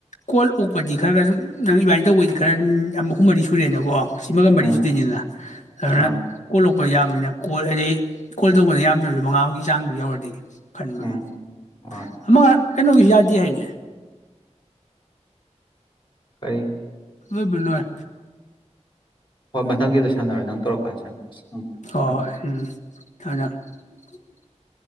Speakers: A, on the left; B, on the left.
A: ꯀꯣꯜ ꯑꯣꯛꯄꯗꯤ ꯈꯔ ꯈꯔ ꯁꯨꯝ ꯅꯪ ꯑꯗꯨꯃꯥꯏꯅ ꯇꯧꯕꯩꯗꯤ ꯈꯔ ꯑꯃ ꯑꯍꯨꯝ ꯃꯔꯤ ꯁꯨꯔꯦꯅꯀꯣ꯫ ꯁꯤꯃꯒ ꯃꯔꯤꯁꯤꯗꯅꯤꯂꯥ
B: ꯎꯝ
A: ꯑꯗꯨꯅ
B: ꯑꯥ
A: ꯀꯣ ꯌꯥꯝꯕꯅꯤꯅ ꯀꯣꯜ ꯑꯩ ꯀꯣꯜ ꯇꯧꯕꯗ ꯌꯥꯝꯗ꯭ꯔꯕꯗ ꯃꯉꯥ ꯑꯃꯒꯤ ꯆꯥꯡꯗꯨ ꯌꯧꯔꯗꯤ <unintelligible>
B: ꯎꯝ ꯍꯣꯏ
A: ꯑꯃ ꯀꯩꯅꯣꯒꯤ ꯌꯥꯗꯤ ꯍꯥꯏꯌꯦꯅꯦ꯫
B: ꯀꯩ?
A: ꯂꯧꯕꯨ ꯂꯣꯏꯔꯦ꯫
B: ꯍꯣꯏ ꯃꯊꯪꯒꯤꯗ ꯁꯥꯟꯅꯔꯦ ꯅꯪ ꯇꯧꯔꯀꯥꯟꯗ ꯁꯥꯟꯅꯔꯁꯤ ꯎꯝ
A: ꯍꯣꯏ
B: ꯊꯝꯃꯦ ꯫
A: ꯍꯣꯏ ꯎꯝ <unintelligible>